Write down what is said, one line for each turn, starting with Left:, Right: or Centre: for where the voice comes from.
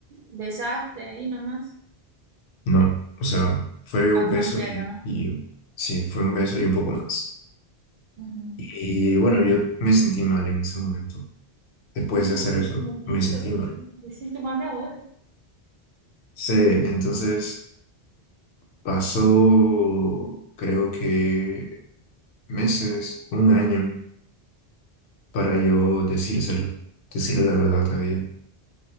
Right: besaste ahí nomás.
Left: no, o sea, fue un
Right: Algo
Left: beso
Right: más serio,
Left: y,
Right: ¿no?
Left: y sí, fue un beso y un poco más.
Right: Ujú.
Left: Y bueno, yo me sentí mal en ese momento. Después
Right: No,
Left: de hacer
Right: en
Left: eso,
Right: este momento
Left: me sentí mal.
Right: me siento mal ahora.
Left: Sí, entonces pasó, creo que meses, un año, para yo decírselo, decirle la verdad a ella.